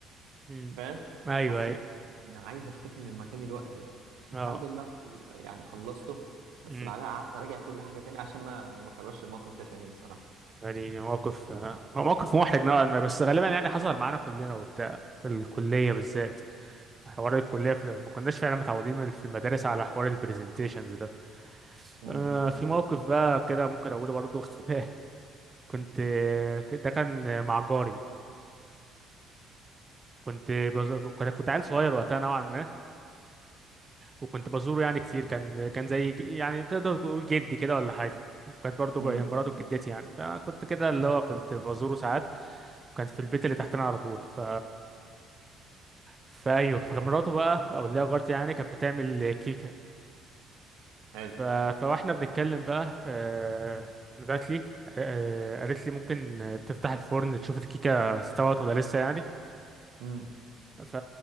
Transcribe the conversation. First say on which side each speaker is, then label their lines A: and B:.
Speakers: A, on the right (about 85°); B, on the right (about 20°).
A: <laughs>
B: امم
A: فاهم
B: ايوه
A: حسيت
B: اي
A: إن عايز أختفي من مكاني الوقت ده الحمد
B: اه
A: لله يعني خلصته بس
B: امم
A: بعدها قعدت أراجع كل حاجة تاني <laughs> عشان ما ما أكررش الموقف ده تاني الصراحة
B: يعني موقف آه، هو موقف محرج نوعا ما بس غالبا يعني حصل معانا كلنا وبتاع في الكلية بالذات حوار الكلية في ما كناش فعلا متعودين من- في المدارس على حوار البرزنتيشنز ده
A: امم
B: آه، في موقف بقى كده ممكن أقوله برضو <laughs> كنت ده كان مع جاري كنت بز... كنت كنت عيل صغير وقتها نوعا ما وكنت بزوره يعني كتير كان كان زي ج- يعني تقدر تقول جدي كده ولا حاجة وكانت برضه
A: امم
B: جاي- مراته جدتي يعني فكنت كده اللي هو كنت بزوره ساعات كان في البيت اللي تحتنا على طول ف فايوه فمراته بقى او اللي هي جارتي يعني كانت بتعمل كيكة
A: حلو
B: ف... فواحنا بنتكلم بقى آه، نادت لي آه، قالت لي ممكن تفتح الفرن تشوف الكيكة استوت ولا لسه يعني
A: امم
B: ف